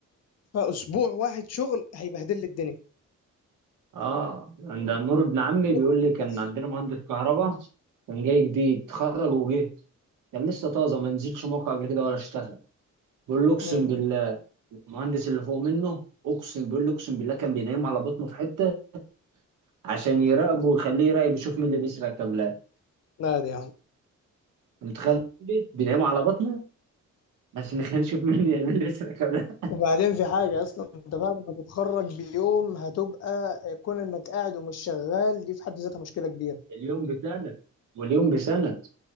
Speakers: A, on the left; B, on the right.
A: فاسبوع واحد شغل هيبهدل لي الدنيا
B: اه عند نور ابن عمي بيقول
A: واحد
B: لي كان
A: بس
B: عندنا مهندس كهرباء كان جاي جديد اتخرج وجه كان لسه طازه ما نزلش موقع قبل كده ولا اشتغل بيقول له اقسم
A: امم
B: بالله المهندس اللي فوق منه اقسم بيقول له اقسم بالله كان بينام على بطنه في حته عشان يراقبه ويخليه يراقب يشوف مين اللي بيسرق كابلات
A: لا دي يا عم
B: أنت متخيل مهندس بينام على بطنه عشان يخليه يشوف مين مين اللي بيسرق كابلات
A: وبعدين في حاجة أصلا أنت بعد ما تتخرج بيوم هتبقى كون إنك قاعد ومش شغال دي في حد ذاتها مشكلة كبيرة
B: اليوم بسنه واليوم بسنه